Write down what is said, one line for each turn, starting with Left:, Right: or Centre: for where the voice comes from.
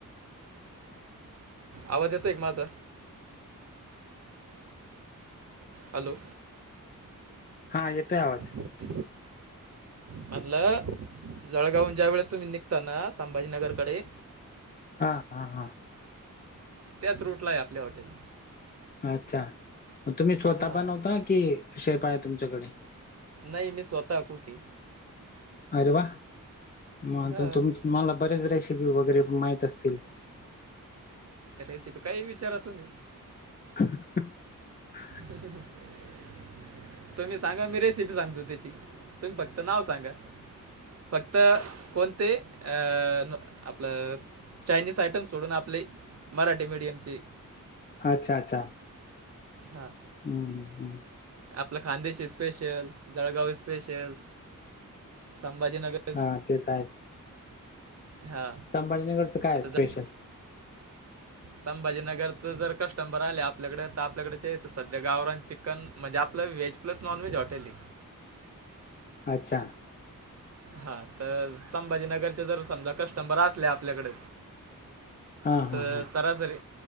Right: आवाज येतोय का माझा हॅलो
Left: हा येतोय आवाज.
Right: <unintelligible> म्हणल जळगावून ज्या वेळेस तुम्ही निघता ना संभाजीनगरकडे
Left: हा हा हा.
Right: त्याच रूट ला आहे आपले हॉटेल
Left: अच्छा मग तुम्ही स्वतः
Right: हां
Left: बनवता की शेप आहे तुमच्याकडे
Right: नाही मी स्वतः कूक ये
Left: अरे वा मग
Right: हां
Left: तुम तूम्हाला बरेच रेसिपी वगैरे माहीत असतील.
Right: रेसिपी काही विचारा तुम्ही
Left: <unintelligible>
Right: ह <unintelligible> तुम्ही सांगा मी रेसिपी सांगतो त्याची तुम्ही फक्त नाव सांगा. फक्त कोणते अ आपल चायनीस आयटम सोडून आपली मराठी मिडियमची
Left: अच्छा अच्छा!
Right: हा.
Left: हम् हम हम्.
Right: आपल खानदेशी स्पेशल जळगावी स्पेशल संभाजीनगर
Left: हा तेच आहेच.
Right: हा
Left: संभाजीनगरचं काय
Right: आता
Left: स्पेशल
Right: जा संभाजीनगरच जर कस्टंबर आले आपल्याकडे त आप आपल्याकडेच यायच सध्या गावरान चिकन म्हणजे आपल व्हेज प्लस नॉनव्हेज हॉटेल ये
Left: अच्छा!
Right: हा तर संभाजीनगरचे जर समजा कस्टमर असले आपल्याकड
Left: हां हां
Right: तर
Left: हां
Right: सरासरी